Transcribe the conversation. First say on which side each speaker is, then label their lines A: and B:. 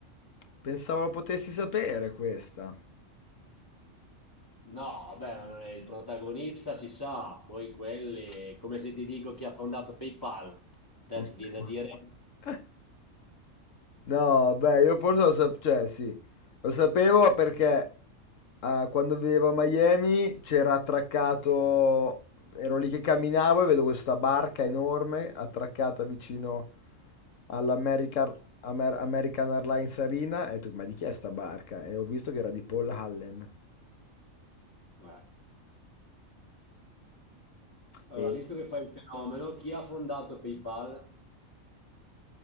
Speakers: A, on the left; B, on the left.
A: pensavo lo potessi sapere questa.
B: No, vabbè, ma non è il protagonista, si sa, poi quelli, come se ti dico chi ha fondato PayPal, te
A: <laughs>
B: ti viene a dire...
A: No, beh, io forse lo sapevo, cioè sì, lo sapevo perché eh, quando vivevo a Miami c'era attraccato, ero lì che camminavo e vedo questa barca enorme attraccata vicino all'American Amer- American Airlines Arena e ho detto, ma di chi è sta barca? E ho visto che era di Paul Allen.
B: Eh. Allora,
A: E...
B: visto che fai il fenomeno, chi ha fondato PayPal,